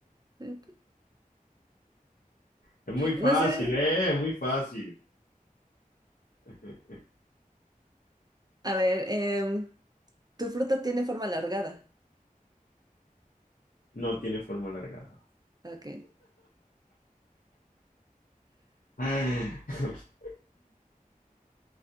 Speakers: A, on the right; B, on the left.
A: eh,
B: Es muy fácil,
A: No sé.
B: ¿eh? Es muy fácil. <laughs>
A: A ver, em, tu fruta tiene forma alargada.
B: No tiene forma alargada.
A: Ok.
B: <laughs>